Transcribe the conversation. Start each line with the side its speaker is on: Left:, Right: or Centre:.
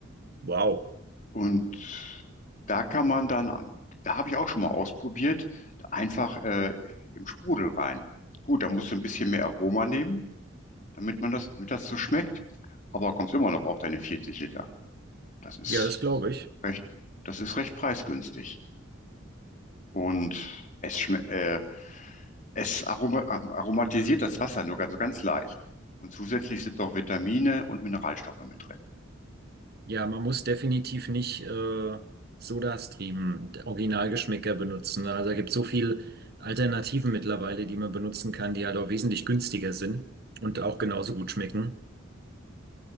Right: Wow.
Left: Und da kann man dann, da habe ich auch schon mal ausprobiert, einfach äh, im Sprudel rein. Gut, da musst du ein bisschen mehr Aroma nehmen, damit man das, damit das so schmeckt, aber kommst immer noch auf deine 40 Liter. Das ist
Right: Ja, das glaube ich.
Left: recht, das ist recht preisgünstig. Und es, schme- äh, es aroma ähm, aromatisiert das Wasser nur ganz, so ganz leicht. Und zusätzlich sind noch Vitamine und Mineralstoffe mit drin.
Right: Ja, man muss definitiv nicht äh, Sodastream, Originalgeschmäcker benutzen. ne? Also da gibt so viel Alternativen mittlerweile, die man benutzen kann, die halt auch wesentlich günstiger sind und auch genauso gut schmecken.